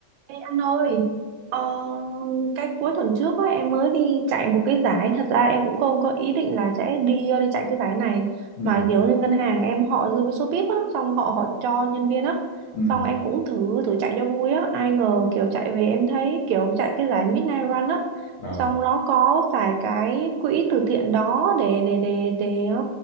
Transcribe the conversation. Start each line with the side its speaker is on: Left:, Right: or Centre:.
Right: Ê anh ơi, ờ, cái cuối tuần trước á, em mới đi chạy một cái giải thật ra em cũng không có ý định là sẽ đi ờ, đi chạy cái giải này
Left: Ừ,
Right: mà kiểu như ngân hàng em họ dư cái số VIP á xong họ họ cho nhân viên á
Left: ừ,
Right: xong em cũng thử thử chạy cho vui á ai ngờ kiểu chạy về em thấy kiểu chạy cái giải Midnight Run á
Left: ờ,
Right: xong nó có xài cái quỹ từ thiện đó để để để để á,